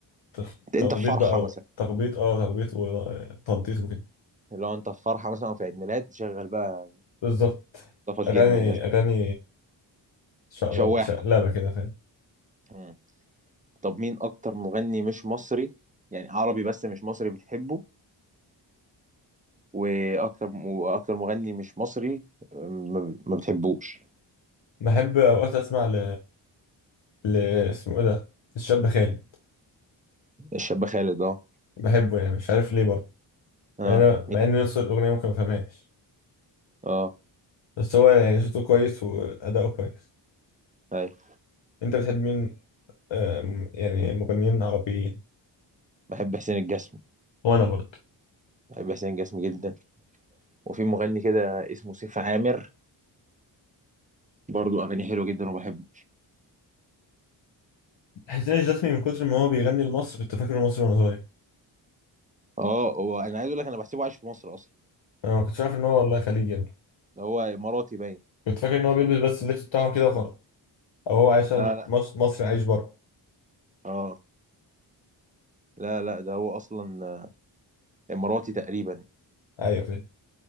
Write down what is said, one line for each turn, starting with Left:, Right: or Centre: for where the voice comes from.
Left: تخ-
Right: انت أنت
Left: تخبيط
Right: في فرحه
Left: بقى
Right: مثلا
Left: و... تخبيط اه تخبيط وتنطيط وكده
Right: لو انت في فرحه مثلا أو في عيد ميلاد شغل بقى
Left: بالظبط
Right: مصطفى الجديد
Left: اغاني
Right: والناس دي.
Left: اغاني شقلبه
Right: شواحه
Left: شقلبه كده فاهم
Right: مم. طب مين اكتر مغني مش مصري يعني عربي بس مش مصري بتحبه واكتر واكتر مغني مش مصري ما ما بتحبوش
Left: بحب اوقات اسمع ل... ل اسمه ايه ده الشاب خالد
Right: الشاب خالد اه
Left: بحبه يعني مش عارف ليه برضه
Right: اه
Left: مع ان
Right: مين
Left: مع ان نص الاغنيه ممكن ما فهمهاش
Right: اه
Left: بس هو يعني صوته كويس واداؤه كويس
Right: ايوه
Left: انت بتحب مين آم، يعني مغنيين عربيين
Right: بحب حسين الجسمي
Left: وانا برضه
Right: بحب حسين الجسمي جدا وفي مغني كده اسمه سيف عامر برضو اغاني حلوه جدا وبحبه
Left: حسين الجسمي من كتر ما هو بيغني لمصر كنت فاكر انه مصري وانا صغير
Right: اه هو انا عايز اقول لك انا بحسبه عايش في مصر اصلا
Left: انا ما كنتش عارف ان هو والله خليجي يعني
Right: ده هو اماراتي باين
Left: كنت فاكر ان هو بيلبس بس اللبس بتاعهم كده وخلاص او هو عايش
Right: لا لا
Left: مصر مصري عايش بره
Right: اه لا لا ده هو اصلا اماراتي تقريبا
Left: ايوه فاهم